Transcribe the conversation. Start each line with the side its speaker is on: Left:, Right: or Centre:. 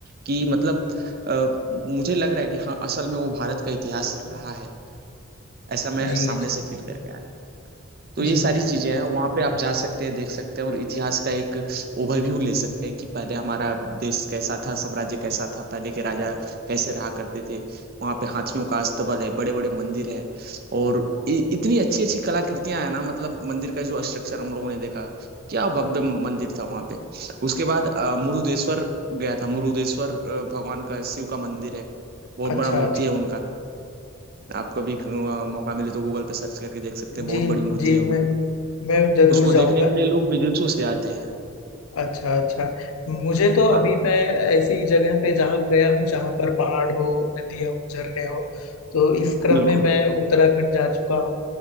Right: कि मतलब अ, मुझे लग रहा है कि हाँ असल में वो भारत का इतिहास रहा है ऐसा मैं
Left: जी
Right: सामने
Left: जी
Right: से फील करके तो
Left: जी
Right: ये सारी चीजें हैं वहां पे आप जा सकते हैं देख सकते हैं और इतिहास का एक ओवरव्यू ले सकते हैं कि पहले हमारा देश कैसा था साम्राज्य कैसा था पहले के राजा कैसे रहा करते थे वहां पे हाथियों का अस्तबल है बड़े बड़े मंदिर हैं और इ, इतनी अच्छी अच्छी कलाकृतियां हैं ना मतलब मंदिर का जो स्ट्रक्चर हम लोगों ने देखा क्या भव्य मंदिर था वहां पे उसके बाद अ, मुरुदेश्वर गया था मुरुदेश्वर अ, भगवान का शिव का मंदिर है बहुत
Left: अच्छा
Right: बड़ा मूर्ति
Left: अच्छा
Right: है उनका आप कभी अ, मौका मिले तो गूगल पे सर्च करके देख सकते हैं बहुत
Left: जी
Right: बड़ी मूर्ति
Left: जी
Right: है उनकी
Left: मैं मैं जरूर
Right: उसको देखने
Left: जाऊँगा
Right: के लिए लोग विदेशों से आते हैं
Left: अच्छा अच्छा मुझे तो अभी
Right: हाँ
Left: मैं ऐसी जगह पे जहाँ गया हूँ जहाँ पर पहाड़ हो नदियाँ हो झरने हो तो इस क्रम
Right: बिल्कुल
Left: में मैं उत्तराखंड जा चुका हूँ